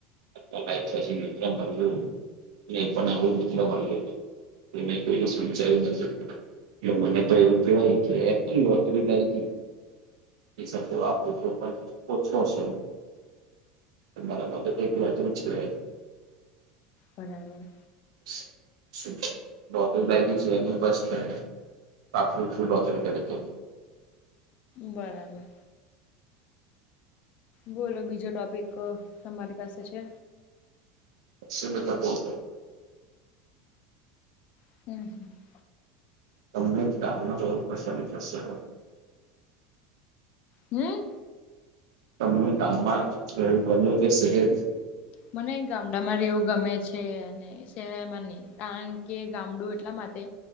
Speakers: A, on the right; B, on the left.
A: <unintelligible> <unintelligible> એ મેં કોઈને સમજાયું નથી. એ મને તો એવું કહેવાય કે લોટરી લાઈ <unintelligible> તો પણ ઓછો છે, અમારા માટે <unintelligible> વાત છે.
B: બરાબર.
A: <unintelligible> એને બસ. <unintelligible>
B: બરાબર. બોલો બીજો ટોપિક તમારી પાસે છે?
A: <unintelligible>
B: <unintelligible>
A: <unintelligible>
B: હમ્મ
A: તમને <unintelligible> કે શહેર?
B: મને ગામડામાં રહેવું ગમે છે, અને. શહેર માં નહી કારણ કે, ગામડું એટલા માટે.